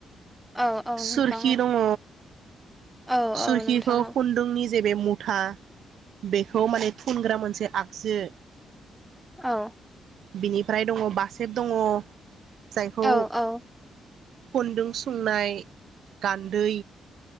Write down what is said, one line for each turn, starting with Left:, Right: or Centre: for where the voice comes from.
Centre: औ औ
Right: सोरखि
Centre: नोंथां
Right: दङ।
Centre: औ औ
Right: सुरखिखौ
Centre: औ नोंथां औ
Right: खुन्दुंनि जेबे मु था बेखौ माने फुनग्रा मोनसे आगजो
Centre: औ
Right: बिनिफ्राय दङ बासेब दङ। जायखौ
Centre: औ औ
Right: खुन्दुं सुंनाय गान्दै